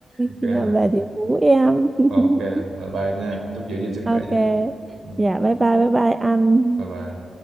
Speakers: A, on the right; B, on the right.
A: ok
B: khi nào
A: ha
B: về thì hú em. <laughs>
A: Ok, rồi bye em nha. Chúc giữ gìn sức khỏe
B: Ok.
A: nha. Ừ,
B: Dạ bye bye bye bye anh.
A: Bye bye.